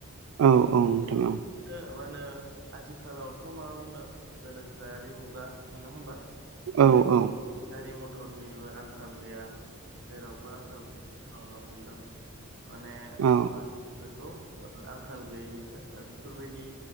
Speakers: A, on the right (about 70°); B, on the right (about 55°).
A: औ औ नोंथां औ
B: ओ मा होनो आथिखालावथ' मा बुंनो गोनोखोआरि मुगा नोङा होमबा
A: औ औ
B: गारि मथरनिबो आंखाल गैया जेरावबो आंखाल बांनो हमदों माने मा
A: औ
B: होनगोन बैखौ आंखाल गैयिनि था बेफोरबायदि